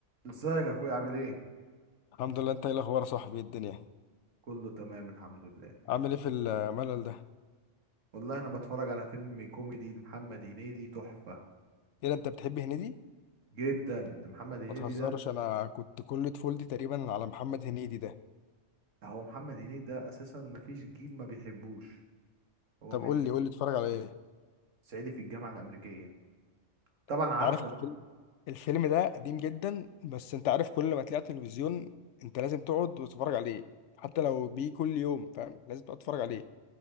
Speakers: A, on the right; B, on the left.
A: ازيك يا اخويا عامل ايه
B: الحمد لله انت ايه الاخبار يا صاحبي ايه الدنيا
A: كله تمام الحمد لله
B: عامل ايه في الملل ده
A: والله انا بتفرج على فيلم كوميدي لمحمد هنيدي تحفة
B: ايه ده انت بتحب هنيدي
A: جدا ده محمد هنيدي
B: ما تهزرش
A: ده
B: انا كنت كل طفولتي تقريبا على محمد هنيدي ده
A: هو محمد هنيدي ده اساسا مفيش جيل ما بيحبوش هو
B: طب
A: من
B: قول
A: من
B: لي قول لي اتفرج على ايه
A: صعيدي في الجامعة الامريكية طبعا
B: انت
A: عارفه
B: عارف الفيلم
A: انت.
B: الفيلم ده قديم جدا بس انت عارف كل ما تلاقي على التلفزيون انت لازم تقعد وتتفرج عليه حتى لو بيه كل يوم فاهم لازم تقعد تتفرج عليه